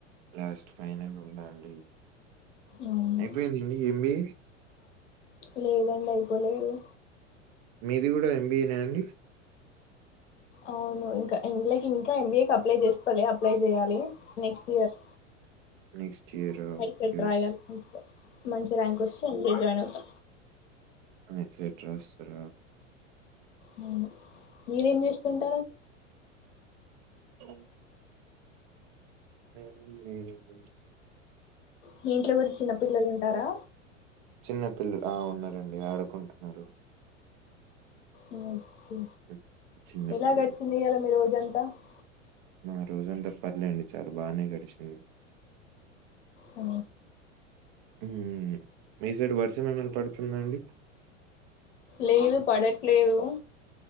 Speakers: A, on the right; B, on the left.
A: లాస్ట్ ఫైనల్ ఉందా అండి
B: అవును
A: అయిపోయిందండి ఏంబి ఏ
B: లేదండి అయిపోలేదు
A: మీది కూడా ఎంబిఏనే అండి
B: అవును ఇంకా ఇలకి ఇంకా ఎంబిఏ అప్లై చేస్తకోాలి అప్లై చేయాలి నెక్స్ట్ ఇయర్
A: నెక్స్ట్ ఇయరా? ఓకే.
B: ంసెట్ రాయాలి మంచి ర్యాంక్ వస్తేం జాయిన్ అవుతా
A: ఎక్సెట్రా రాస్తారు
B: అవు మీరేం చేస్తారు
A: అ ఏ లేదు లే
B: మీ ఇంట్లో కూడా చిన్న పిల్లలు ఉంటారా
A: చిన్న పిల్లలు ఆ ఉన్నారండి ఆడుకుంటున్నారు
B: అ
A: హ్మ్. చిన్న
B: ఎలా
A: పిల్లలు.
B: గడిచంది ఇయ్యాల మీ రోజంతగా కుత్త
A: మా రోజంతా పర్లేండి చాలా బానే గడిచింది
B: ఆ
A: ఉ మీ సైడ్ వర్షం ఏమైనా పడుతుందా అండి
B: లేదు పడట్లేదు అ